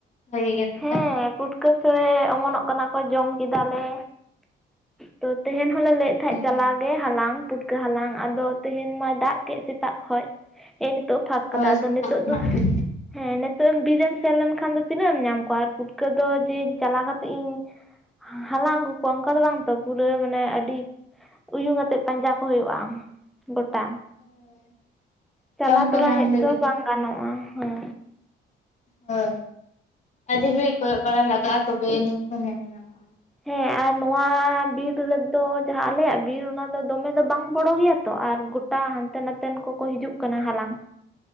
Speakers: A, on the left; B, in the centre.
A: ᱵᱷᱟᱜᱤ ᱜᱮ ᱛᱟᱦᱚᱞᱮ
B: ᱦᱮᱸ ᱯᱩᱴᱠᱟᱹ ᱥᱲᱮ ᱚᱢᱚᱱᱚᱜ ᱠᱟᱱᱟ ᱠᱚ ᱡᱚᱢ ᱠᱮᱫᱟᱞᱮ ᱛᱚ ᱛᱮᱦᱮᱱ ᱦᱚᱞᱮ ᱞᱟᱹᱭᱮᱫ ᱛᱟᱦᱮᱸᱫ
A: ᱦᱮᱸ
B: ᱪᱟᱞᱟᱣ ᱜᱮ ᱦᱟᱞᱟᱝ ᱯᱩᱴᱠᱟᱹ ᱦᱟᱞᱟᱝ ᱟᱫᱚ ᱛᱮᱦᱮᱧ ᱢᱟᱭ ᱫᱟᱜ ᱠᱮᱫ ᱥᱮᱛᱟᱜ ᱠᱷᱚᱡ ᱦᱮᱜ ᱱᱤᱛᱚᱜ ᱯᱷᱟᱸᱠ
A: ᱦᱳᱭ
B: ᱠᱟᱫᱟ ᱟᱫᱚ
A: ᱥᱮᱛᱟᱜ
B: ᱱᱤᱛᱚᱜ
A: ᱠᱷᱚᱱᱟᱜ
B: ᱫᱚ
A: ᱜᱮ
B: ᱦᱮᱸ ᱱᱤᱛᱚᱜ ᱮᱢ ᱵᱤᱨᱮᱢ ᱥᱮᱱ ᱞᱮᱱᱠᱷᱟᱱ ᱫᱚ ᱛᱤᱱᱟᱹᱜ ᱮᱢ ᱧᱟᱢ ᱠᱚᱣᱟ ᱟᱨ ᱯᱩᱴᱠᱟᱹ ᱫᱚ ᱡᱮ ᱪᱟᱞᱟᱣ ᱠᱟᱛᱮᱜ ᱤᱧ ᱦᱟᱞᱟᱝ ᱟᱹᱜᱩ ᱠᱚᱣᱟ ᱚᱱᱠᱟ ᱫᱚ ᱵᱟᱝ ᱛᱚ ᱯᱩᱨᱟᱹ ᱢᱟᱱᱮ ᱟᱹᱰᱤ ᱩᱭᱩᱝ ᱟᱛᱮᱫ ᱯᱟᱸᱡᱟ ᱠᱚ ᱦᱩᱭᱩᱜᱼᱟ ᱜᱚᱴᱟ
A: ᱦᱳᱭ
B: ᱪᱟᱞᱟᱣ
A: ᱵᱟᱝ ᱠᱚ
B: ᱛᱚᱨᱟ
A: ᱧᱟᱢ
B: ᱦᱮᱡ
A: ᱞᱟᱹᱜᱤᱫᱚᱜᱼᱟ
B: ᱛᱚ ᱵᱟᱝ ᱜᱟᱱᱚᱜᱼᱟ ᱦᱮᱸ
A: ᱦᱮ ᱟᱰᱤ ᱜᱷᱟᱲᱤᱡ ᱠᱚᱭᱚᱜ ᱵᱟᱲᱟ ᱞᱟᱜᱟᱜᱼᱟ ᱛᱚᱵᱮ ᱟᱹᱱᱤᱡ ᱠᱚ ᱧᱟᱢᱚᱜ ᱧᱟᱢᱚᱜᱼᱟ
B: ᱦᱮᱸ ᱟᱨ ᱱᱚᱣᱟ ᱵᱤᱨ ᱨᱮᱫᱚ ᱡᱟᱦᱟ ᱟᱞᱮᱭᱟᱜ ᱵᱤᱨ ᱚᱱᱟ ᱫᱚ ᱫᱚᱢᱮ ᱫᱚ ᱵᱟᱝ ᱵᱚᱲᱚ ᱜᱮᱭᱟ ᱛᱚ ᱟᱨ ᱜᱚᱴ ᱴᱟ ᱦᱟᱱᱛᱮ ᱱᱟᱛᱮᱱ ᱠᱚᱠᱚ ᱦᱤᱡᱩᱜ ᱠᱟᱱᱟ ᱦᱟᱞᱟᱝ